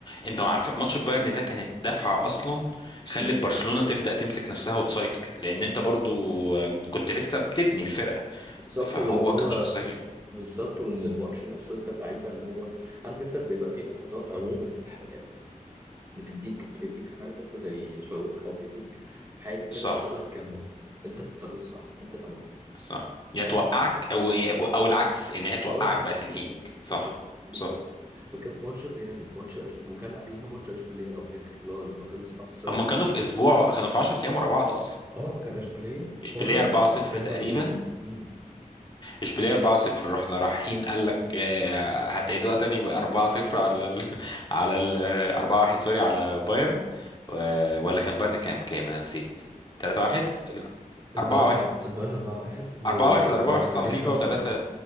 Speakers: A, on the left; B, on the right.
A: انت
B: مم.
A: عارف ماتش بايرن ده كانت دفعه اصلا خلت
B: مم.
A: برشلونه تبدا تمسك نفسها وتسيطر لان انت برضو آه، كنت لسه بتبني الفرقه
B: بالظبط
A: فهو
B: واللي هو
A: كان شخصيه
B: بالظبط وان الماتش نفسه انت اللعيبه اللي هو عارف انت بيبقى فيه لحظات عموما في الحياه بتديك بتديك عارف انت زي شعورك او بتديك حاجه كده
A: صح
B: بتقول لك كمل انت في الطريق الصح انت تمام
A: صح يا
B: عايزك
A: توقعك
B: تكمل
A: او او العكس ان هي توقعك
B: او العكس
A: بقى تنهيك
B: بالظبط
A: صح
B: بالظبط بالظبط
A: صح
B: فكانت ماتش الريال ماتش أش... وكان قبلها ماتش اشبيليه لو فاكر اللي هو لما خلص 5-0
A: اما كانوا
B: تقريبا
A: في اسبوع كانوا في 10 ايام ورا بعض اصلا
B: اه كان اشبيليه
A: اشبيليه
B: بايرن
A: 4-0
B: ريال
A: تقريبا
B: مدريد امم
A: اشبيليه 4-0 رحنا رايحين قال لك آه، هتعيدوها تاني ب 4-0 على ال <laughs> على ال 4-1 سوري على بايرن و- ولا كان بايرن كام كام انا نسيت 3-1 لا
B: البايرن
A: 4-1
B: البايرن 4-1 و...
A: 4-1
B: واشبيليه
A: 4-1 صح ليفا
B: 5-1
A: و3